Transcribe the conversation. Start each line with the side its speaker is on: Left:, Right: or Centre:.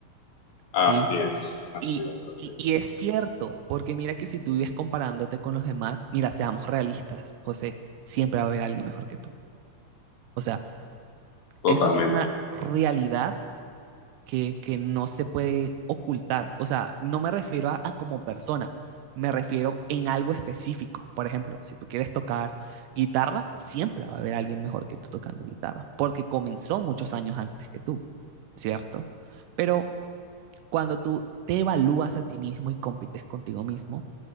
Left: Así
Right: ¿sí?
Left: es, así
Right: Y,
Left: es, así
Right: y,
Left: es.
Right: y es cierto, porque mira que si tú vives comparándote con los demás, mira, seamos realistas, José, siempre va a haber alguien mejor que tú. O sea,
Left: Totalmente.
Right: eso es una realidad que, que no se puede ocultar. O sea, no me refiero a, a como persona, me refiero en algo específico. Por ejemplo, si tú quieres tocar guitarra, siempre va a haber alguien mejor que tú tocando guitarra, porque comenzó muchos años antes que tú, ¿cierto? Pero cuando tú te evalúas a ti mismo y compites contigo mismo,